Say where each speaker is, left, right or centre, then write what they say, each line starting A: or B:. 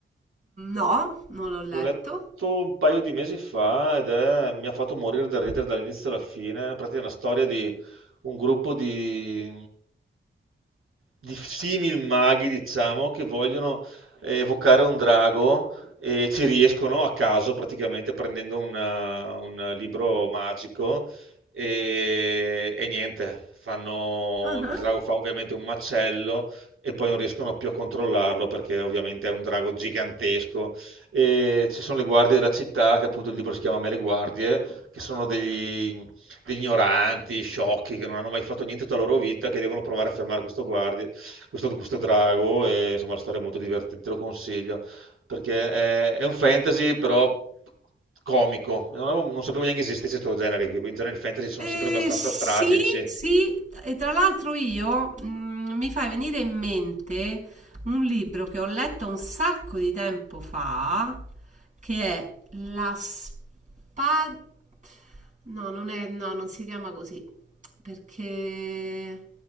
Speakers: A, on the right; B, on the right.
A: No, non l'ho letto.
B: L'ho letto un paio di mesi fa ed è- mi ha fatto morire da ridere dall'inizio alla fine. Praticamente è una storia di un gruppo di, di simil maghi, diciamo, che vogliono eh, evocare un drago e ci riescono a caso, praticamente prendendo una- un libro magico e, e niente. Fanno,
A: Ah ah.
B: il drago fa ovviamente un macello e poi non riescono più a controllarlo perché ovviamente è un drago gigantesco e ci sono le guardie della città, che appunto il libro si chiama Me le guardie, che sono degli, degli ignoranti, sciocchi, che non hanno mai fatto niente tutta la loro vita, che devono provare a fermare questo, guardie, questo, questo drago, e insomma la storia è molto divertente, te lo consiglio, perché è, è un fantasy però comico, non, avevo- non sapevo neanche esistesse questo genere qui, in genere il fantasy sono
A: Eh,
B: sempre abbastanza
A: sì,
B: tragici.
A: sì, e tra l'altro io mm, mi fai venire in mente un libro che ho letto un sacco di tempo fa, che è La spada... No, non è, no, non si chiama così, perché...